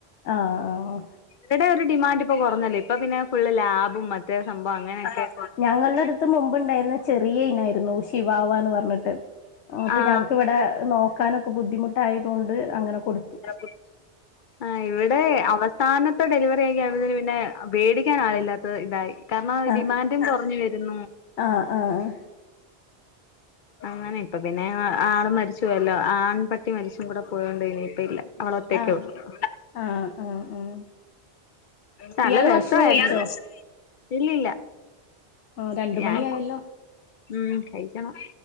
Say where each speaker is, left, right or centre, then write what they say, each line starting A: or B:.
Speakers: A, on the left; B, on the left.
A: ആ ആ ഓ
B: ഇവടെ ഒരു ഡിമാൻഡ് ഇപ്പൊ കൊറഞ്ഞല്ലേ. ഇപ്പ പിന്നെ ഫുള്ള് ലാബും മറ്റേ സംഭവം അങ്ങനെയൊക്കെ കുറേയുണ്ട്
A: ഞങ്ങൾടടുത്ത് മുമ്പുണ്ടായിരുന്ന ചെറിയ ഇനാരുന്നു, ശിവാവാന്ന് പറഞ്ഞിട്ട് അപ്പൊ
B: ആഹ്
A: ഞങ്ങക്ക് ഇവടെ നോക്കാനൊക്കെ ബുദ്ധിമുട്ടായതുകൊണ്ട് അങ്ങനെ കൊടുത്തു.
B: <unintelligible> ആഹ്, ഇവിടെ അവസാനത്തെ ഡെലിവറി ആ <unintelligible> പിന്നെ പേടിക്കാൻ ആളില്ലാത്ത ഇതായി. കാരണം
A: ആഹ്
B: ഡിമാന്റും കൊറഞ്ഞ് വരുന്നു.
A: ആഹ് ആഹ് അ
B: അങ്ങനെ ഇപ്പ പിന്നെ അ ആണ് മരിച്ചു പോയല്ലോ. ആൺ പട്ടി മരിച്ചും കൂടെ പോയോണ്ട് ഇനിയിപ്പയില്ല. ആളൊറ്റക്കെ
A: ആഹ്
B: ഉള്ളൂ <inaudible>
A: ആഹ് ആഹ് ആഹ്
B: നല്ല
A: ഇയാള്
B: രസ
A: ഭക്ഷണം
B: <unintelligible>
A: കഴിച്ചോ
B: ഇല്ലില്ല
A: ആഹ്, രണ്ട്മണിയായല്ലോ.
B: ഞാൻ ഉം, കൈക്കണം